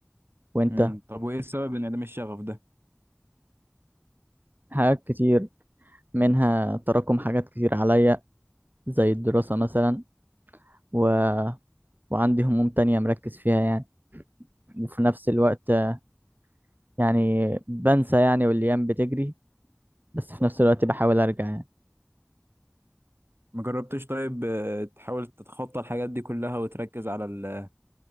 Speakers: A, on the right; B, on the right.
A: وأنت
B: امم طب وايه السبب ان عدم الشغف ده
A: حاجات كتير منها تراكم حاجات كتير عليا زي الدراسة مثلا و... وعندي هموم تانية مركز فيها يعني وفي نفس الوقت آه، يعني بنسى يعني والأيام بتجري بس في نفس الوقت بحاول أرجع يعني
B: ما جربتش طيب آه، تحاول تتخطى الحاجات دي كلها وتركز على ال...